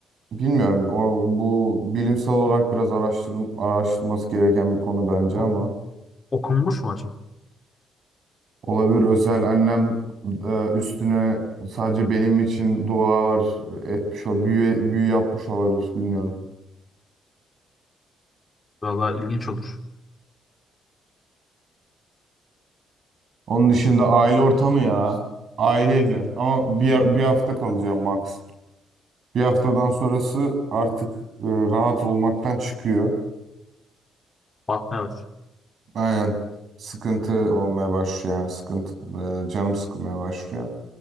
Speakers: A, on the right; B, on the left.
A: bilmiyorum. O, bu bilimsel olarak biraz araştırıl araştırılması gereken bir konu bence
B: Hı.
A: ama
B: Okunmuş mu acaba?
A: olabilir özel annem e, üstüne sadece benim için dualar etmiş o büyü büyü yapmış olabilir bilmiyorum.
B: Valla ilginç olur.
A: Onun dışında aile ortamı ya. Aile evi. Ama bir, bir hafta kalacağım max. Bir haftadan sonrası artık e, rahat olmaktan çıkıyor.
B: Batmaya aç.
A: Aynen. Sıkıntı olmaya başlıyor yani. Sıkıntı, e, canım sıkılmaya başlıyor.